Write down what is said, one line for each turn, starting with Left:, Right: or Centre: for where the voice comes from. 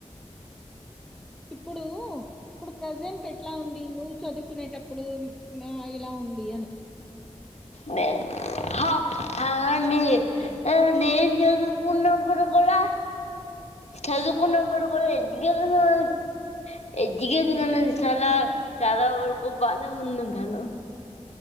Centre: ఇప్పుడు ఇప్పుడు ప్రజెంట్ ఎట్లా ఉంది. నువ్వు చదువుకునేటప్పుడు ఏలా ఉంది అని
Left: నే హా ఆ నేను చదువుకున్నప్పుడు కూడా చదువుకున్నప్పుడు కూడా ఎడ్యుకేషన్ ఎడ్యుకేషన్ అన్నది చాలా చాలా వరకు బానే ఉంది మేడం.